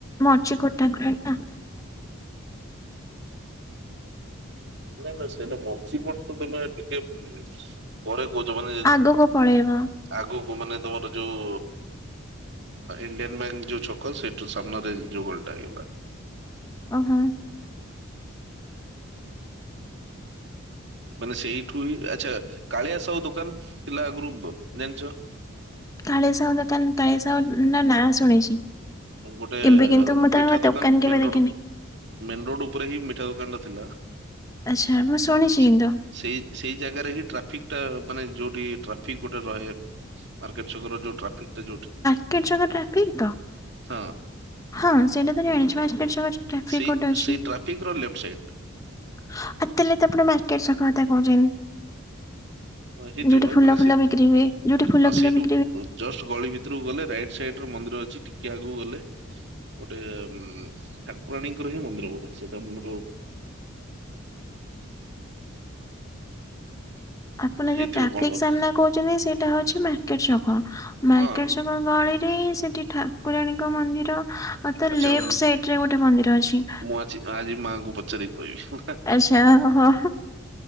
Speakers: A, on the left; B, on the right.
A: ମଚ କୋଟାଙ୍କରା।
B: ନାଇଁ ନାଇଁ ସେଇଟା ମଝିକଟ ତ ତମେ ଟିକେ ପରେ କହୁଛ ମାନେ
A: ଆଗକୁ ପଳେଇବ
B: ଆଗକୁ ମାନେ ତମର ଯୋଉ ଇଣ୍ଡିଆନ୍ ବ୍ୟାଙ୍କ ଯୋଉ ଛକ ସେଠୁ ସାମ୍ନରେ ଯୋଉ ଗଳିଟା।
A: ଓହୋ
B: ମାନେ ସେଇଠୁ ହିଁ ଆଚ୍ଛା କାଳିଆ ସାହୁ ଦୋକାନ ଥିଲା ଆଗରୁ ଜାଣିଛ?
A: କାଳି ସାହୁ ଦୋକାନ କାଳି ସାହୁ ତା ନାଁ ଶୁଣିଛି।
B: ଗୋଟେ
A: ଏବେ କିନ୍ତୁ ମୁଁ ତାଙ୍କ
B: ମିଠା ଦୋକାନ
A: କେବେ
B: ମେନ
A: ଦେଖିନି
B: ରୋଡ ମେନ୍ ରୋଡ ଉପରେ ହିଁ ମିଠା ଦୋକାନ ଥିଲା।
A: ଆଚ୍ଛା ମୁଁ ଶୁଣିଛି
B: ସେ-
A: ତ।
B: ସେଇ ସେଇ ଜାଗାରେ ହିଁ ଟ୍ରାଫିକ ଟା ମାନେ ଯୋଉଠି ଟ୍ରାଫିକ ଗୋଟେ ରହେ। ମାର୍କେଟଛକର ଯୋଉ ଟ୍ରାଫିକଟା ଯୋଉଠି।
A: କେତେ ଜାଗା ରେ ଟ୍ରାଫିକ୍ ତ
B: ସ
A: ହଁ ସେଇଟା ତ ଜାଣିଚୁ <unintelligible> ଟ୍ରାଫିକ୍
B: ସେଇ
A: କୋଉଠି ଅଛି?
B: ସେଇ ଟ୍ରାଫିକ ର ଲେଫ୍ଟ ସାଇଡ
A: ଆଉ ତାହେଲେ ତ ଲଆପଣ ମାର୍କେଟ ଛକ କଥା କହୁଛନ୍ତି।
B: ହେଇଥିବ
A: ଯୋଉଠି ଫୁଲ
B: ମାନେ
A: ଫୁଲ
B: ସେ
A: ବିକ୍ରି ହୁଏ। ଯୋଉଠି ଫୁଲ
B: ହଁ
A: ଫୁଲ
B: ସେଇଠୁ
A: ବି
B: ଜଷ୍ଟ ଗଳି ଭିତରକୁ ଗଲେ ରାଇଟ୍ ସାଇଡରେ ମନ୍ଦିର ଅଛି ଟିକେ ଆଗୁକୁ ଗଲେ ଗୋଟେ ଠାକୁରାଣୀଙ୍କର ହିଁ ମନ୍ଦିର ବୋଧ, ସେଇଟା ମୋର
A: ଆପଣ
B: ହେଇଥିବ
A: ଯଉ ଟ୍ରାଫିକ୍
B: କଣ ଗୋଟେ
A: ସାମ୍ନା କହୁ ଚନ୍ତି ସେଇଟା ହଉଚି ମାର୍କେଟ ଛକ। ମାର୍କେଟ
B: ହଁ
A: ଛକ ଗଳିରେ ସେଠି ଠା କୁରାଣୀଙ୍କ ମନ୍ଦିର ଆଉ ତ
B: ଆଚ୍ଛା
A: ଲେଫ୍ଟ
B: ମୁଁ
A: ସାଇଟ୍ ରେ ଗୋଟେ ମନ୍ଦିର ଅଛି।
B: ମୁଁ ଅଛି ଆଜି ମାଆଙ୍କୁ ପଚାରି କହିବି।
A: ଆଚ୍ଛା ହ ହ।